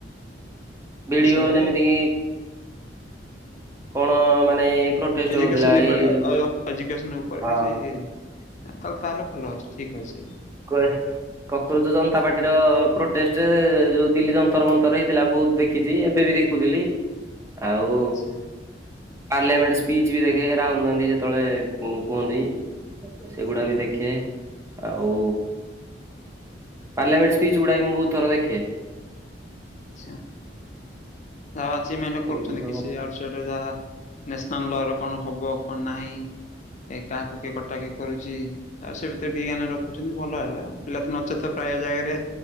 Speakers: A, on the right (about 15°); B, on the left (about 40°).
A: ଭଡିଓ
B: ଆଚ୍ଛା
A: ଯେମିତି
B: ଏ
A: କି କଣ ମାନେ ଏଇ ପ୍ରୋଟେଷ୍ଟ
B: <unintelligible>
A: ହଉଥିଲା ଏଇ
B: ଏୁନ ଉପରେ
A: ହଁ
B: କିଛି। ତାହଲେ ତାହେଲେ ଭଲ ଅଛି ଠିକ ଅଛି।
A: କହ? କକରୋଜ ଜନତା ପାର୍ଟି ର ପ୍ରୋଟେଷ୍ଟ ଯୋଉ ଦିଲ୍ଲୀ ଯନ୍ତର ମନ୍ତର ହେଇଥିଲା ବହୁତ ଦେଖ। ଦେଖିଛି ଏବେ ବି ଦେଖୁଥିଲି ଆଉ
B: ଆଚ୍ଛା।
A: ପାର୍ଲାମେଣ୍ଟ ସ୍ପିଚ ବି ଦେଖେ ରାହୁଲ ଗାନ୍ଧୀ ଯେତେବେଳେ କୁହନ୍ତି? ଏଗୁଡା ବି ଦେଖେ ଆଉ ପାର୍ଲାମେଟ ସ୍ସିଚ୍ ଗୁଡା ମୁଁ ବହୁତଥର ଦେଖେ।
B: ଆଚ୍ଛା ଯାହା ଅଛି ମ
A: ଏମିତି
B: କରୁଛନ୍ତି
A: ସବୁ
B: କିଛି ଆଉଟାଇ ଯାହା। ନ୍ୟାସନାଲ ର କଣ ହବ କଣ ନାହିଁ କାହାକୁ କିଏ କଟାକଏ କରୁଛି ଆଉ ସେ ଭିତରେ କିଏ ଜ୍ଞାନା ରଖୁଛନ୍ତି ଭଲ ହେଲା ପିଲା ତ ନ ତ ପ୍ରାୟ ଜାଗାରେ